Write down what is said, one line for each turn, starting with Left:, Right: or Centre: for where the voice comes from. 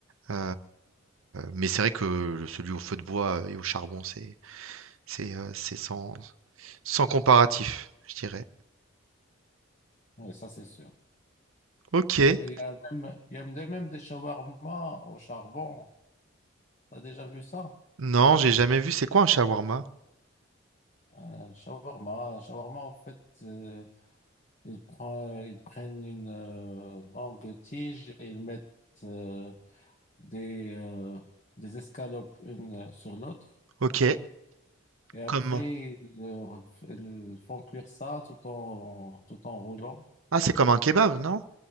Right: Heu, mais c'est vrai que le celui au feu de bois, et au charbon, c'est c'est, heu, c'est sans sans comparatif, je dirais.
Left: Oui, ça, c'est sûr.
Right: OK.
Left: Il y a même, il y a même même des shawarma au charbon. T'as déjà vu ça?
Right: Non, j'ai jamais vu. C'est quoi un shawarma?
Left: Un shawarma, un shawarma, en fait, euh, ils prennent, ils prennent une euh, longue tige et ils mettent euh, des, euh, des escalopes une sur l'autre.
Right: OK.
Left: Et après,
Right: Comment?
Left: ils, euh, ils font cuire ça tout en, tout en roulant.
Right: Ah, c'est comme un kebab, non?